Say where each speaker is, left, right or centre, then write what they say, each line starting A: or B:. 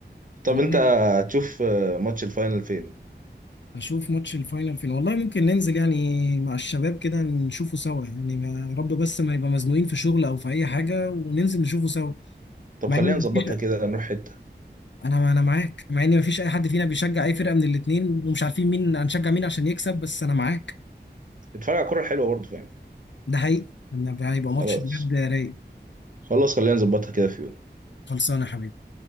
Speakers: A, on the right (about 45°); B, on the left (about 80°).
A: طب
B: والله
A: انت هتشوف آه، ماتش الفاينل فين
B: اشوف ماتش الفاينل فين والله ممكن ننزل يعني مع الشباب كده نشوفه سوا يعني ما يا رب بس ما يبقى مزنوقين في شغل او في اي حاجه وننزل نشوفه سوا
A: طب
B: مع
A: خلينا
B: ان
A: نظبطها
B: مفيش
A: كده نروح حتة
B: انا انا معاك مع ان مفيش اي حد فينا بيشجع اي فرقه من الاتنين ومش عارفين مين هنشجع مين عشان يكسب بس انا معاك
A: اتفرج على الكورة الحلوة برضه فاهم
B: ده حقيقي إن هيبقى ماتش
A: خلاص
B: بجد رايق
A: خلاص خلينا نظبطها كده في يوم
B: خلصانه يا حبيبي